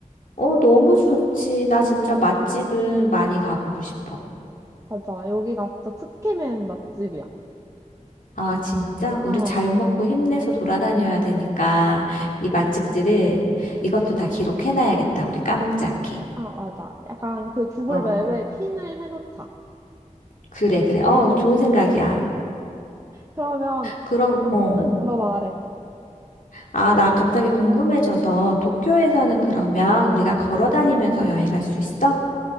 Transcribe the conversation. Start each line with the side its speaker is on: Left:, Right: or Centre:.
Left: 어, 너무 좋지. 나 진짜 맛집은 많이 가보고 싶어.
Right: 맞아. 여기가 진짜 츠케멘 맛집이야.
Left: 아, 진짜?
Right: 어,
Left: 우리 잘 먹고 힘내서 돌아다녀야 되니까 이 맛집들을 이것도 다 기록해놔야겠다. 우리 까먹지 않게.
Right: 아, 맞아. 약간 그 구글
Left: 어.
Right: 맵에 핀을 해놓자.
Left: 그래, 그래. 어,
Right: 어.
Left: 좋은 생각이야.
Right: 그러면
Left: 그럼,
Right: 어,
Left: 어.
Right: 응, 너 말해.
Left: 아, 나 갑자기 궁금해져서 도쿄에서는 그러면 우리가 걸어 다니면서 여행할 수 있어?